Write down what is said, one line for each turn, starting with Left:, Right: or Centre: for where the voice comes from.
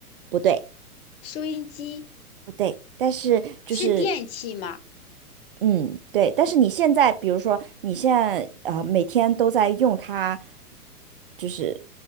Right: 不对，
Left: 收音机
Right: 不对，但是就是
Left: 是电器吗？
Right: 嗯，对，但是你现在，比如说你现在呃每天都在用它，就是